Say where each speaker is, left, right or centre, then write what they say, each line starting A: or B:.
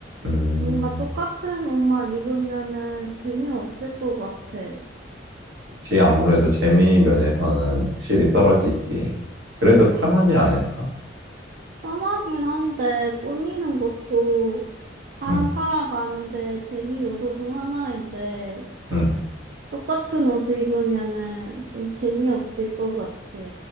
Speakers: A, on the right; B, on the right.
A: 음.
B: 뭔가 똑같은 옷만 입으면은 재미없을 것 같아.
A: 그치, 아무래도 재미 면에서는 확실히 떨어지지. 그래도 편하지 않을까?
B: 편하긴 한데 꾸미는 것도 사람
A: 응,
B: 살아가는데 재미 요소 중 하나인데
A: 응,
B: 똑같은 옷을 입으면은 좀 재미없을 것 같아.